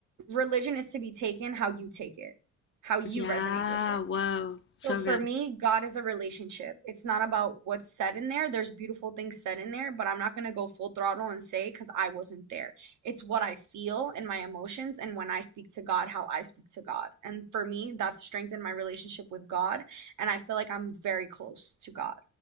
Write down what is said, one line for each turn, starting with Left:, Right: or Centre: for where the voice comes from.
Right: religion is to be taken how you take it, how you
Left: Yeah.
Right: resonate with it.
Left: Whoa. So
Right: So for
Left: good.
Right: me, God is a relationship. It's not about what's said in there. There's beautiful things said in there, but I'm not going to go full throttle and say because I wasn't there. It's what I feel and my emotions, and when I speak to God, how I speak to God. And for me, that's strengthened my relationship with God, and I feel like I'm very close to God.